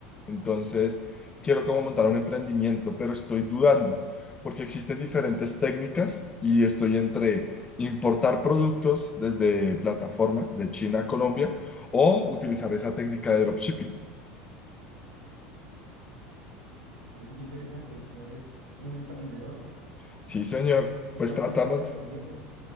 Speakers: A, on the left; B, on the right.
A: entonces quiero como montar un emprendimiento, pero estoy dudando porque existen diferentes técnicas y estoy entre importar productos desde plataformas de China a Colombia o utilizar esa técnica de dropshipping.
B: Oye, qué interesante, o sea, eres un emprendedor.
A: Sí, señor.
B: ¿Y
A: Pues
B: cuánto
A: tratamos,
B: llevas emprendiendo?